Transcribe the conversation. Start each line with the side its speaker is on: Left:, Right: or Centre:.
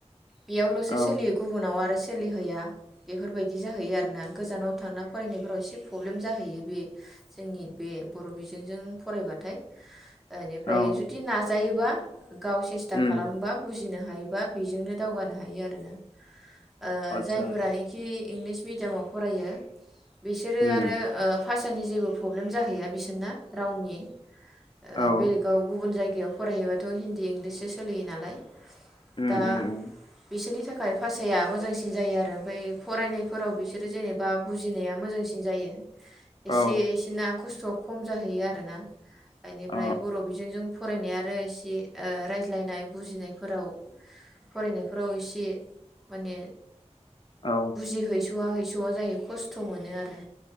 Centre: बेयावल'सो
Left: औ
Centre: सोलियो गुबुनाव आरो सोलिहैया बेफोरबायदि जाहैयो आरोना गोजानाव थांना फरायनायफोराव एसे प्रब्लेम जाहैयो बे जोंनि बे बर' बिजोंजों फरायबाथाय बेनिफ्राय
Left: औ
Centre: जुदि नाजा जायोबा गाव सेस्था
Left: उम
Centre: खालामोबा बुजिनो हायोबा बेजोंनो दावगानो हायो आरोना ओ
Left: आतसा
Centre: जायफोरानोखि इंलिस मिडियामाव फरायो बिसोरो
Left: उम
Centre: आरो ओ फार्स्ट फिसानि जेबो प्रब्लेम जाहैया बिसोरना रावनि ओ
Left: औ
Centre: बेलेगाव गुबुन जायगा जायगायाव फरायहयोबाथ' हिनदी इंग्लिश सो सोलियो नालाय
Left: उम
Centre: दा
Left: उम उम
Centre: बिसोरनि थाखाय थाखाय भाासाया मोजांसिन जायो आरो ओमफ्राय फरायनायफोराव बिसोरो जेनेबा बुजिनाया मोजांसिन जायो एसे
Left: औ
Centre: इसेना खस्थ' खस्थ'आ खम जाहैयो आरोना बेनिफ्राय
Left: अ
Centre: बर' बिजोंजों फरायनाय आरो एसे ओ रायज्लायनाय बुजिनाय फोराव फरायनायफोराव एसे माने
Left: औ
Centre: बुजि हैस स'वा हैस'आ जायो खस्थ' मोनो आरो